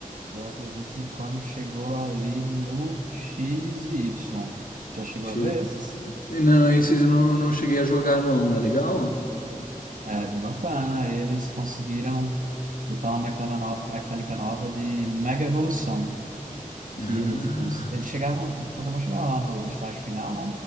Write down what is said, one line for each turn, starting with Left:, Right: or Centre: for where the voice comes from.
Right: Eu acredito que quando chegou ali no X e Y, já chegou
Left: Achei-
Right: a ver esses?
Left: Não, esses eu não, não cheguei a jogar, não. É legal?
Right: É bem bacana. Eles conseguiram botar uma mecana no- mecânica nova de mega evolução. Que,
Left: Ah.
Right: tipo, eles chegavam, o Pokémon chegava lá no estágio final, né?